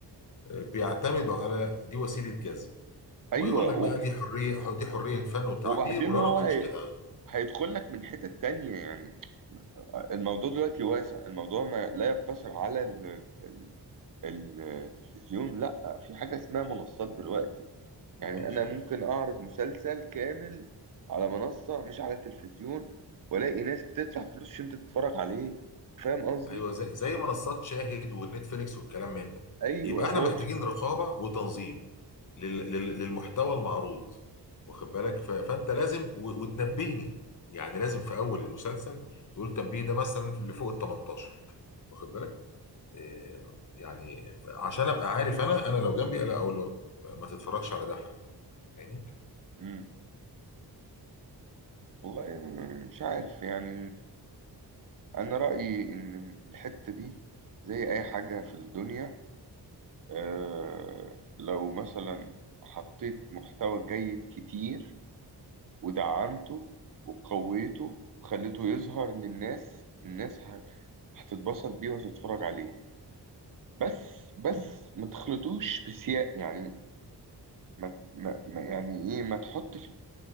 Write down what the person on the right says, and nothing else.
ايوه
و-
وبعدين
هو
هي...
هيدخل لك من حتة تانية يعني الموضوع دلوقتي واسع الموضوع ما لا يقتصر على ال... ال... ال- التلفزيون لا في حاجة اسمها منصات دلوقتي يعني
انا ممكن اعرض مسلسل كامل على منصة مش على التلفزيون والاقي ناس بتدفع فلوس عشان تتفرج عليه فاهم قصدي
ايوه
واتش
امم والله م- مش عارف يعني انا رايي ان الحته دي زي اي حاجه في الدنيا آه لو مثلا حطيت محتوى جيد كتير ودعمته وقويته وخليته يظهر للناس الناس هت- هتتبسط بيه وهتتفرج عليه بس بس ما تخلطوش بسياق يعني ما ما ما- يعني ايه ما تحطش